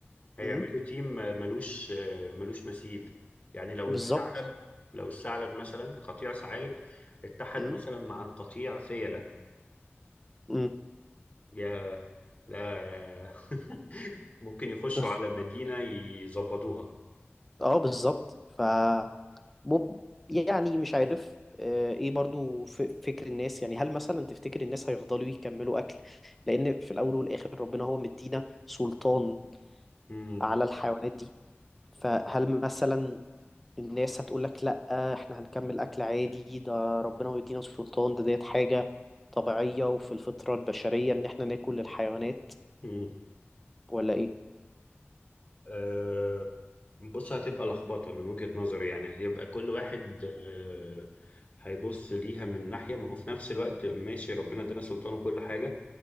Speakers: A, on the left; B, in the centre.
A: هيعملوا
B: امم
A: تيم ملوش ملوش مثيل يعني لو
B: بالظبط
A: الثعلب لو الثعلب مثلا قطيع ثعالب اتحد
B: امم
A: مثلا مع قطيع فيلة
B: امم
A: يا لا <laughs> ممكن يخشوا
B: <laughs>
A: على مدينة يظبطوها
B: اه بالظبط ف مم- يعني مش عارف آه، ايه برضو ف- فكر الناس يعني هل مثلا تفتكر الناس هيفضلوا يكملوا اكل لان في الاول والاخر ربنا هو مدينا سلطان
A: امم
B: على الحيوانات دي فهل مثلا الناس هتقول لك لا احنا هنكمل اكل عادي ده ربنا مدينا سلطان ده ديت حاجة طبيعية وفي الفطرة البشرية ان احنا ناكل الحيوانات
A: امم
B: ولا ايه
A: أه بص هتبقى لخبطة من وجهة نظري يعني هيبقى كل واحد أه هيبص ليها من ناحية ما هو في نفس الوقت ماشي ربنا ادينا سلطان وكل حاجة